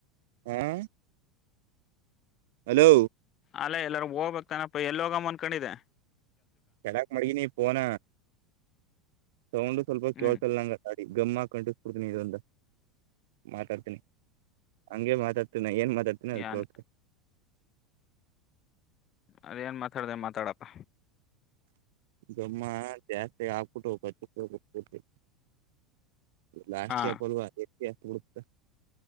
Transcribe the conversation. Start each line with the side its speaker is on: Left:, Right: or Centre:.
Right: ಹ್ಮ್ ಹಲೋ
Left: ಅಲ್ಲೇ ಎಲ್ಲರೂ ಹೋಗ್ಬೇಕಕ್ತಾನಪ್ಪ ಎಲ್ಲ ಹೋಗಮ್ಮ ಅಂದಕೊಂಡಿದ್ದೆ
Right: ಕೆಡಕ್ ಮಡಗಿನ ಪನ ಸೌಂಡ್ ಸ್ವಲ್ಪ
Left: ಹ್ಮ್
Right: ಕೇಳ್ತಲ್ ನಂಗ ಗಮ್ಮ ಕಂಟಿಸ್ಬಡ್ತೀನಿ ಇದಂದ ಮಾತಾಡ್ತೀನಿ ಹಂಗೆ ಮಾತಾಡ್ತವಿ ನ ಏನ್ ಮಾತಾಡ್ತೇ ಅದ್
Left: ಏನ್
Right: ಕೇಳ್ತ
Left: ಅದೇಏನ್ ಮಾತಾಡ್ದ ಮಾತಾಡಪ್ಪ
Right: ಜಮ್ಮ ಚ ಆ ಕುುಟಕ ಚ ಲಾಸ್ಟ್
Left: ಹಾ
Right: ಕ ಪಲ್ುವ ಬಿಡತ